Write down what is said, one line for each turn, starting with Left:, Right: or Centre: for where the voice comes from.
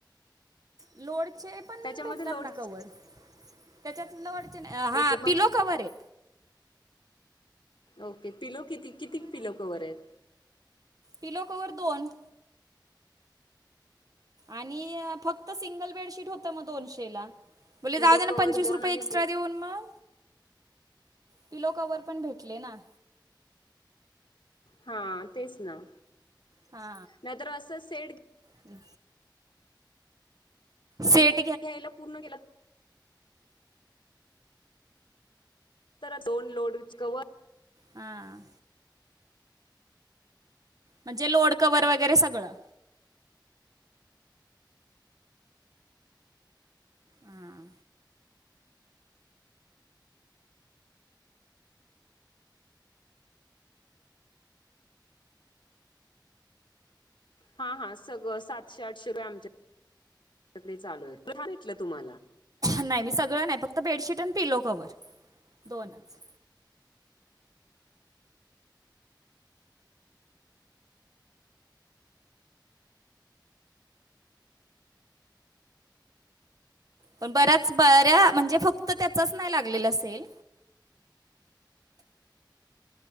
Right: लोडचे पण
Left: त्याच्यामध्ये
Right: भेटतात
Left: लोड
Right: ना, कव्हर त्याच्यात लवटच नाही, हा
Left: ओके पण
Right: पिलो कवर आहे.
Left: ओके पिलो किती किती पिलो कवर आहेत.
Right: पिलो कवर दोन आणि फक्त सिंगल बेडशीट होतं मग दोनशेला. बले
Left: पिलो
Right: जाऊ दे ना
Left: कवर
Right: पंचवीस
Left: दोन
Right: रुपये
Left: आणि
Right: एक्स्ट्रा
Left: बेड
Right: देऊन मग. पिलो कवर पण भेटले ना
Left: हा तेच ना
Right: हा
Left: नाहीतर असं सेट
Right: हा शेट
Left: घ्यायला पूर्ण गेलात तर दोन लोडच कवर
Right: हा हा म्हणजे लोड कवर्हवर वगैरे सगळं हां
Left: हा हा सगळं सातशे आठशे रुपये आमच्या चालू आहे भेटलं तुम्हाला
Right: नाही मी सगळं नाही फक्त बेडशीट आणि पिलो कवर दोनच. पण बऱ्याच बऱ्या म्हणजे फक्त त्याचाच नाही लागलेलं sale.